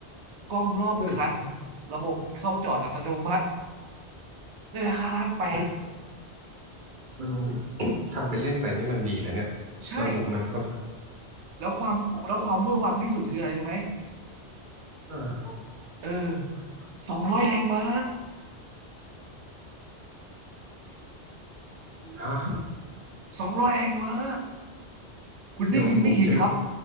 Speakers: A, on the right (about 80°); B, on the right (about 50°).
A: กล้องรอบคัน
B: เฮ้ย
A: ระบบเข้าจอดอัตโนมัติในราคาล้านแปด
B: นั่นมัน <coughs> ทำเป็นเล่นไปนี่มันดีนะเนี่ย
A: ใช่
B: ระบบมันค่อนข้าง
A: แล้วความแล้วความเวอร์วังที่สุดคืออะไรรู้ไหม
B: อ่า
A: เออสองร้อยแรงม้า
B: ฮะ
A: สองร้อยแรงม้า คุณได้ยินไม่ผิดครับ
B: เดี๋ยวผมเจอ